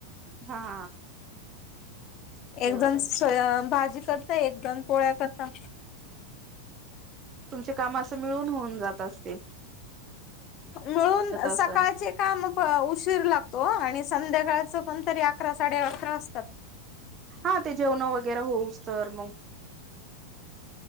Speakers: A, on the right; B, on the left.
A: हा. ते
B: एक
A: बरं
B: जणस
A: आहे.
B: भाजी करते. एकजण पोळ्या करता.
A: तुमचे काम असं मिळून होऊन जात असते.
B: मिळून सकाळचे
A: असल.
B: काम पण उशीर लागतो. आणि संध्याकाळच पण तरी अकरा, साडे अकरा असतात.
A: हा ते जेवण वगैरा होऊस तर मग,